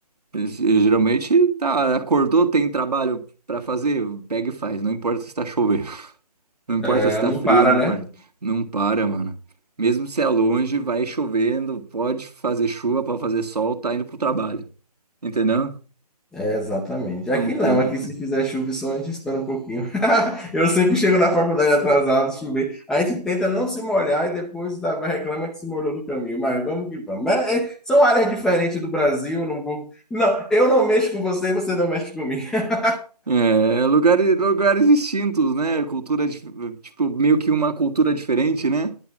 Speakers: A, on the right; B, in the centre.
A: Eles- eh, Geralmente, tá, acordou, tem trabalho pra fazer, pega e faz. Não importa se tá chovendo, <laughs> não importa
B: É,
A: se tá
B: não
A: frio,
B: para,
A: não importa.
B: né?
A: Não para, mano. Mesmo se é longe, vai chovendo, pode fazer chuva, pode fazer sol, tá indo pro trabalho, entendeu?
B: É, exatamente. Aqui
A: Não tem
B: não, aqui
A: outra.
B: se fizer chuva e sol, a gente espera um pouquinho. <laughs> Eu sempre chego na faculdade atrasado, chover. A gente tenta não se molhar e depois dá- vai reclama que se molhou no caminho. Mas vamos que vamos. Mas, é, são áreas diferentes do Brasil, não vou. Não, eu não mexo com você, você não mexe comigo. <laughs>
A: É, lugares, lugares distintos, né? Cultura, dif- tipo, meio que uma cultura diferente, né?